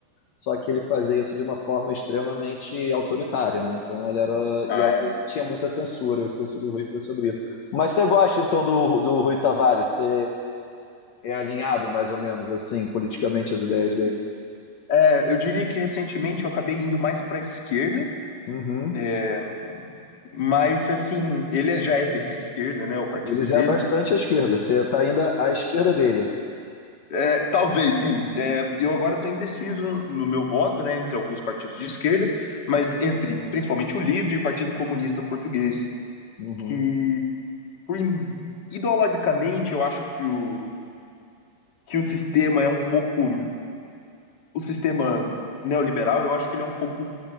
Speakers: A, on the left (about 75°); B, on the left (about 35°).
A: só que ele fazia isso de uma forma extremamente autoritária, né? Então ele era.
B: Ah,
A: E aí
B: é.
A: ele tinha muita censura, e o curso do Rui foi sobre isso. Mas você gosta então do, do Rui Tavares? Você é alinhado, mais ou menos, assim, politicamente, as ideias dele.
B: É, eu diria que recentemente eu acabei indo mais para a esquerda,
A: Uhum.
B: é, Mas, assim, ele já é bem à esquerda, né? O partido
A: Ele já
B: dele.
A: é bastante à esquerda. Você está ainda à esquerda dele.
B: É, talvez, sim. É, eu agora estou indeciso no meu voto, né? Entre alguns partidos de esquerda, mas entre principalmente o LIVRE e o Partido Comunista Português,
A: Uhum.
B: que por ideologicamente eu acho que o, que o sistema é um pouco. O sistema neoliberal, eu acho que ele é um pouco